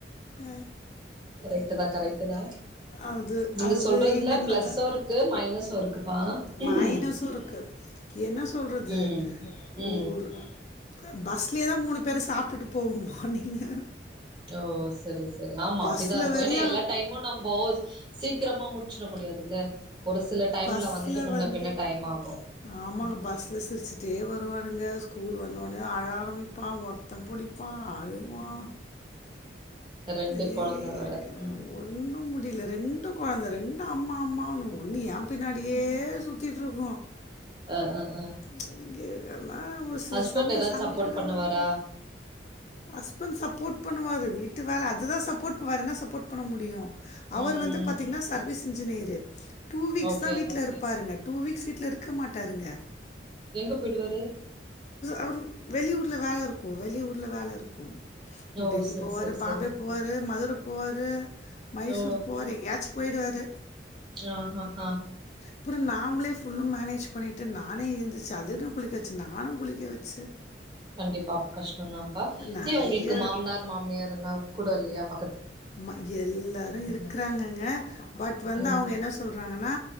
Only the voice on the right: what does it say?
கரெக்ட்டு தா கரெக்ட்டு தா
நீங்க
சொல்றதுல
பிளஸ்ஸு இருக்கு மைனஸு இருக்குப்பா
ம்
ம் ம்
ஓ செரி செரி ஆமா
அப்டிதா இருக்கு
ஏன்னா எல்லா டைமு நம்போ சீக்கிரமா முடிச்சிட முடியாதுல்ல ஒரு சில டைம்ல
வந்துட்டு முன்ன
பின்ன டைம் ஆகு
ரெண்டு
கொழந்த வேற ம்
அ அ அ
ஹஸ்பண்ட்
ஏதாது
சப்போர்ட் பண்ணுவாரா
ம்
ஓகே
எங்க போய்டுவாரு
ஓ
சரி
சரி
சரி
ஓ
ஆ ஹ ஹ
கண்டிப்பா கஷ்டோந்தாப்பா
ஏ உங்ளுக்கு மாம்னார் மாமியார்ல்லா கூட இல்லயா பக்கத்
ம்